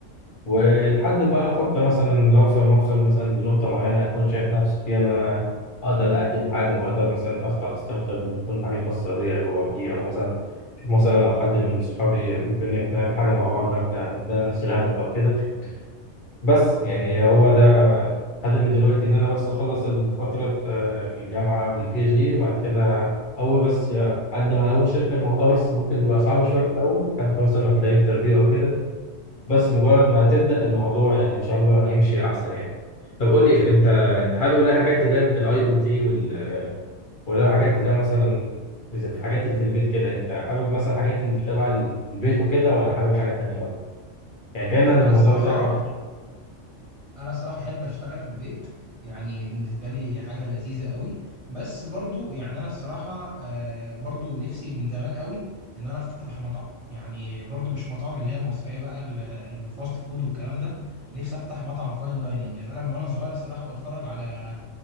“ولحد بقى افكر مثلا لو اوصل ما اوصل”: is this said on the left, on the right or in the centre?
Left